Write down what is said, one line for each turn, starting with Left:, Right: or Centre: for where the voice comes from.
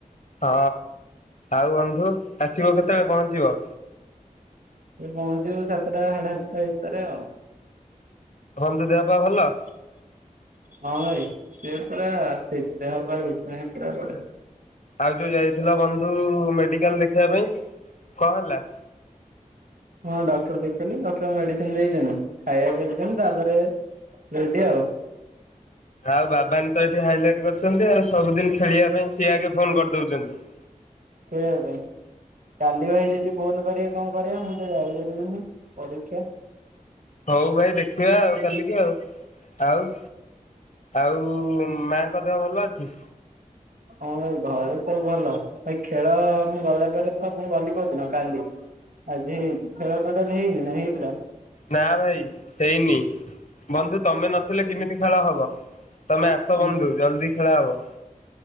Left: ହଁ ଆଉ ବନ୍ଧୁ ଆସିବ କେତେବେଳେ ପହଞ୍ଚିବ।
Right: ଏ ପହଞ୍ଚିବି ସାତଟା ସାଢେ ସାତଟା ଭିତରେ ଆଉ।
Left: ବନ୍ଧୁ ଦେହ ପା ଭଲ।
Right: ହଁ ଭାଇ ସିଏ ପୁରା ସେଥି ଦେହ ପା କିଛି ନାଇଁ ପୁରା ଭଲ।
Left: ଆଉ ଯୋଉ ଯାଇଥିଲ ବନ୍ଧୁ ମେଡ଼ିକାଲ ଦେଖେବା ପାଇଁ କଂ ହେଲା।
Right: ହଁ ଡକ୍ଟର ଦେଖିଲି ଡକ୍ଟର ମେଡିସିନ ଦେଇଚନ୍ତି ଖାଇବାକୁ ଦେଚନ୍ତି ତାପରେ ରେଡି ଆଉ।
Left: ଆଉ ବାବାନ ତ ଏଠି ହାଇଲାଇଟ କରୁଚନ୍ତି ଆଉ ସବୁଦିନ ଖେଳିବା ପାଇଁ ସିଏ ଆଗେ ଫୋନ କରିଦଉଛନ୍ତି। <inaudible>
Right: ଖେଳିବା ପାଇଁ କାଲି ଭାଇ ଯଦି ଫୋନ କରିବେ କଣ କରିବା ମୁଁ ତ ଯାଇପାରିବିନି ପରୀକ୍ଷା।
Left: ହଉ ଭାଇ ଦେଖିବା ଆଉ କାଲିକି ଆଉ ଆଉ ଆଉ ମା ଙ୍କ ଦେହ ଭଲ ଅଛି।
Right: ହଁ ଭାଇ ଘରେ ସବୁ ଭଲ ଭାଇ ଖେଳ ମୁଁ ଗଲା ପରେ ତ ମୁଁ ଗଲି କୋଉଦିନ କାଲି। ଆଜି ଖେଳ ଟୋଟାଲ ହେଇନି ନା ହେଇଥିଲା।
Left: ନା ଭାଇ ହେଇନି ବନ୍ଧୁ ତମେ ନଥିଲେ କିମିତି ଖେଳ ହବ? ତମେ ଆସ
Right: ହୁଁ
Left: ବନ୍ଧୁ ଜଲଦି ଖେଳା ହବ।